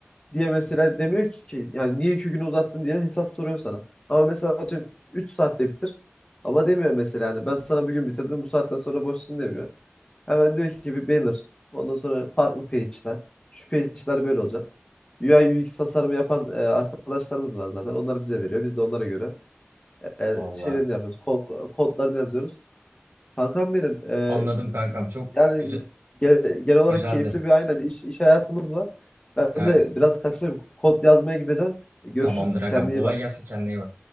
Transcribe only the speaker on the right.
Valla
anladım kankam. Çok
güzel
güzeldi.
Evet.
Tamamdır
agam. Kolay
gelsin kendine iyi bak.